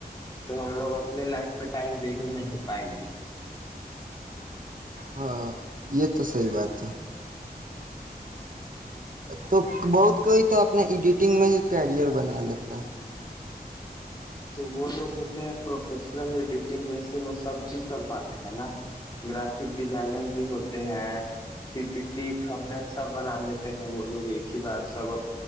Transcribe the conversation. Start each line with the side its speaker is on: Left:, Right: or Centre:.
Left: تو ہم لوگ اپنے لائف پہ ٹائم دے ہی نہیں پائیں گے
Right: ہاں یہ تو صحی بات ہے تو بہت کوئی تو اپنا ایڈیٹنگ میں ہی کیریئر بنا لیتا ہے
Left: تو وہ لوگ ہوتے ہیں پروفیشنل ایڈیٹنگ جیسے وہ سب چیز کر پاتے ہیں نا گرافک ڈیزائنر بھی ہوتے ہیں پی پی ٹی تھم سب بنا لیتے ہیں وہ لوگ ایک ہی بار سب اپ